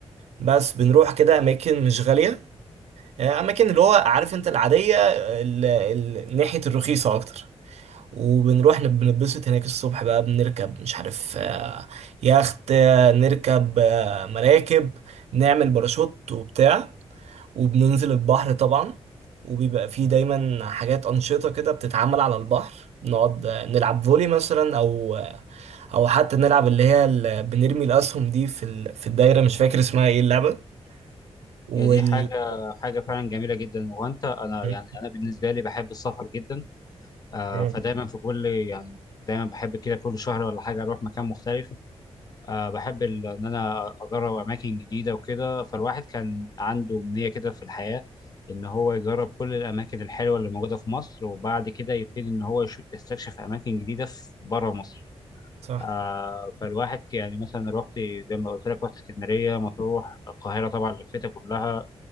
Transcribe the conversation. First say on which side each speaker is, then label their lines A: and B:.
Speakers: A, on the right; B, on the left.
A: بس بنروح كده اماكن مش غالية يعني اماكن اللي هو عارف انت العاديه ال... ال... ناحيه الرخيصه اكتر وبنروح نب- بنتبسط هناك الصبح بقى بنركب مش عارف آه، يخت آه، نركب آه، مراكب نعمل باراشوت وبتاع وبننزل البحر طبعا وبيبقى فيه دايما حاجات أنشطة كده بتتعمل على البحر بنقعد آه، نلعب فولي مثلا أو أو حتى نلعب اللي هي ال- بنرمي الأسهم دي في ال... في الدايرة مش فاكر اسمها ايه اللعبة وال
B: هي دي حاجه حاجه فعلا جميله جدا وانت انا
A: مم.
B: يعني انا بالنسبه لي بحب السفر جدا آه،
A: مم.
B: فدايما في كل يعني دايما بحب كده كل شهر ولا حاجة أروح مكان مختلف آه، بحب ال- إن أنا أجرب أماكن جديدة وكده فالواحد كان عنده أمنية كده في الحياة إن هو يجرب كل الأماكن الحلوة اللي موجودة في مصر وبعد كده يبتدي إن هو يش- يستكشف أماكن جديدة في بره مصر
A: صح
B: آه، فالواحد ك- يعني مثلا رحت زي ما قلت لك رحت اسكندرية مطروح القاهرة طبعا لفيتها كلها